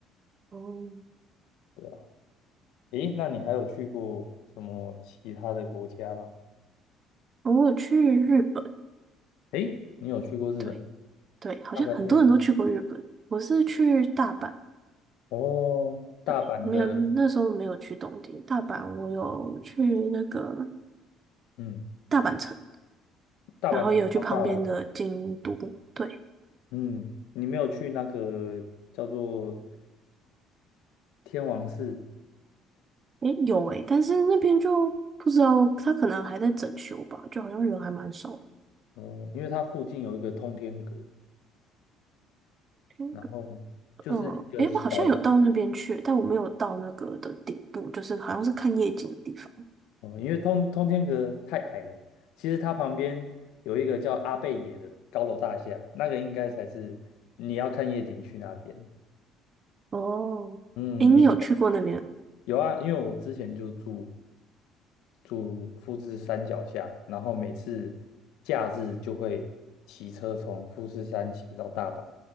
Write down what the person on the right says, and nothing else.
哦，
我有去日本，
对对，好像很多人都去过日本。
我是去大阪，
对，没有，那时候没有去东京，大阪我有去那个
大阪城，
然后也有去旁边的京都。对，
诶，有诶，但是那边就不知道，他可能还在整修吧，就好像人还蛮少的
听个
嗯，诶，我好像有到那边去，但我没有到那个的顶部，就是好像是看夜景的地方。
哦，
诶，你有去过那边？